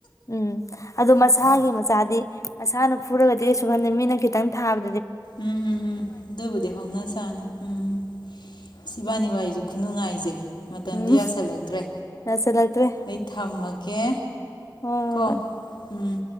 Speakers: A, on the left; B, on the left.
A: ꯎꯝ ꯑꯗꯨ ꯃꯁꯥꯒꯤ ꯃꯆꯥꯗꯤ ꯃꯁꯥꯅ ꯐꯨꯔꯒꯗꯤ ꯀꯩꯁꯨ ꯈꯟꯗꯦ ꯃꯤꯅ ꯈꯤꯇꯪ ꯊꯥꯕ
B: ꯎꯝ ꯎꯝ ꯎꯝ ꯗꯨꯕꯨꯗꯤ ꯍꯧꯅ ꯁꯥꯅꯤ ꯎꯝ ꯏꯁ ꯏꯕꯥꯅꯤ ꯋꯥꯏꯖꯤ ꯈꯨꯅꯨꯉꯥꯏꯖꯦ ꯃꯇꯝꯗꯤ
A: ꯎꯝ
B: ꯌꯥꯁꯜꯂꯛꯇ꯭ꯔꯦ
A: ꯌꯥꯁꯜꯂꯛꯇ꯭ꯔꯦ
B: ꯑꯩ ꯊꯝꯃꯒꯦ
A: ꯍꯣꯏ ꯍꯣꯏ
B: ꯀꯣ ꯎꯝ